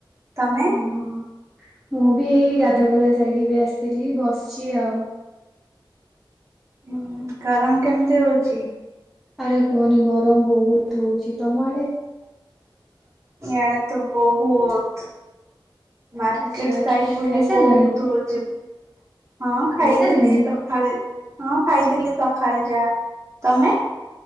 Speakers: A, on the right; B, in the centre.
A: ତମେ?
B: ହଁ, ମୁଁ ବି ଏଇ ଗାଧୁଆ ପାଧା ସାରିକି ଏବେ ଆସିଥିଲି ବସିଚି ଆଉ।
A: ହୁଁ ଗରମ କେମିତି ହଉଚି?
B: ଆରେ କୁହନି ଗରମ ବହୁତ ହଉଚି ତମ ଆଡେ?
A: ଇଆଡେ ତ ବହୁତ। ମାର୍କେଟ
B: ଆଚ୍ଛା
A: ସାଇଟ
B: ଖି
A: ବୋଲି
B: ଖାଇସାରିଲଣି
A: ବହୁତ ହଉଚି। ହଁ
B: ଖାଇସାରିଲଣି?
A: ଖାଇଥିଲି ସକାଳେ ହଁ ଖାଇଥିଲି ସକାଳେ ଯାହା ତମେ?